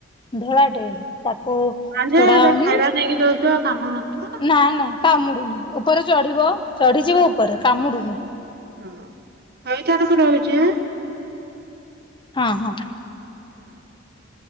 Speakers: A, on the left (about 25°); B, on the right (about 50°).
A: ଧଳା ଟେ ତାକୁ
B: ହଁ ଯେ
A: ଛଡାହୋଉନି।
B: ଖାଇବା ନେଇକି ଦଉଛ କାମୁଡୁ ନଥିବ ନା।
A: ନାଇଁ ନାଇଁ କାମୁଡୁନି ଉପରେ ଚଢିବ। ଚଢ଼ିଯିବ ଉପରେ କାମୁଡ଼ୁନି।
B: ହଁ, ହଉ ତାହାଲେ ମୁଁ ରହୁଛି ହା।
A: ହଁ ହଁ
B: <inaudible>